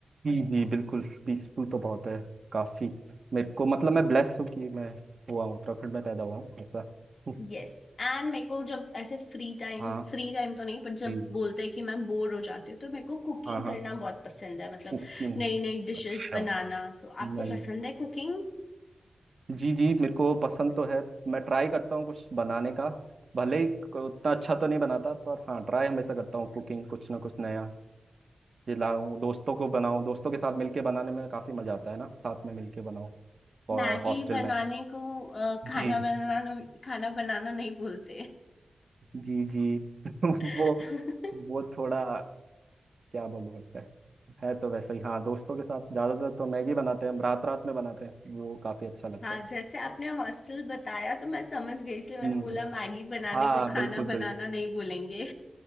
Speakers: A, on the right; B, on the left.
A: जी जी बिल्कुल पीसफुल तो बहुत है काफी मेरे को मतलब मैं ब्लेस हूँ कि मैं हुआ हूँ उत्तराखंड में पैदा हुआ हूँ ऐसा <laughs>
B: यस एंड मेरे को जब ऐसे फ्री टाइम
A: हाँ
B: फ्री टाइम तो नहीं पर जब
A: जी
B: बोलते हैं कि मैं बोर हो जाती हूँ तो मेरे को कुकिंग
A: हाँ हाँ
B: करना बहुत पसंद है मतलब
A: कुकिंग
B: नई नई डिशेस
A: अच्छा
B: बनाना सो आपको
A: नहीं
B: पसंद है कुकिंग
A: जी जी मेरे को पसंद तो है मैं ट्राई करता हूँ कुछ बनाने का भले ही क- उतना अच्छा तो नहीं बनाता पर हाँ ट्राई हमेशा करता हूँ कुकिंग कुछ ना कुछ नया ये लाऊं दोस्तों को बनाऊं दोस्तों के साथ मिलके बनाने में काफी मजा आता है ना साथ में मिलके बनाओ
B: मैगी
A: हॉस्टल
B: बनाने
A: में
B: को अ, खाना
A: जी
B: बनाना खाना बनाना नहीं बोलते
A: जी जी <laughs>
B: <laughs>
A: वो वो थोड़ा क्या बोलूँ अब मैं है तो वैसा ही हाँ दोस्तों के साथ ज्यादातर तो मैगी बनाते हैं हम रात रात में बनाते हैं वो काफी अच्छा लगता
B: हाँ
A: है
B: जैसे आपने हॉस्टल बताया तो मैं समझ गई इसलिए मैंने
A: हम्म
B: बोला मैगी बनाने
A: हाँ
B: को खाना
A: बिल्कुल बिल्कुल
B: बनाना नहीं बोलेंगे